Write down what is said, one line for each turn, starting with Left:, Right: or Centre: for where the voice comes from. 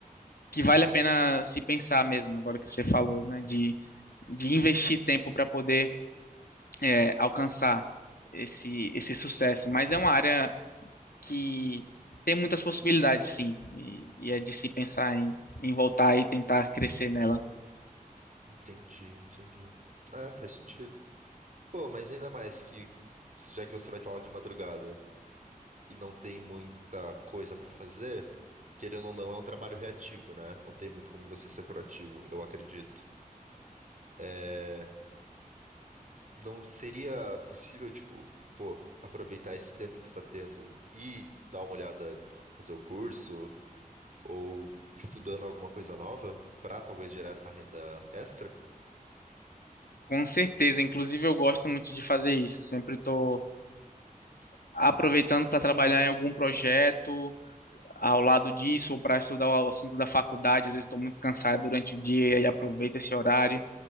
Left: que vale a pena se pensar mesmo, agora que você falou, né?
Right: Hum,
Left: De, de investir tempo para poder é, alcançar esse, esse sucesso. Mas é uma área que tem muitas possibilidades, sim, e, e é de se pensar em, em voltar e tentar crescer nela.
Right: entendi, entendi. É, faz sentido. Pô, mas ainda mais que, já que você vai estar lá de madrugada e não tem muita coisa pra fazer, querendo ou não, é um trabalho reativo, né? Não tem muito como você ser proativo, eu acredito. É, não seria possível, tipo, pô, aproveitar esse tempo que você está tendo e dar uma olhada em como fazer o curso ou estudando alguma coisa nova para talvez gerar essa renda extra?
Left: Com certeza, inclusive eu gosto muito de fazer isso, eu sempre estou aproveitando para trabalhar em algum projeto ao lado disso, ou para estudar o assunto da faculdade, às vezes estou muito cansado durante o dia e aí aproveito esse horário.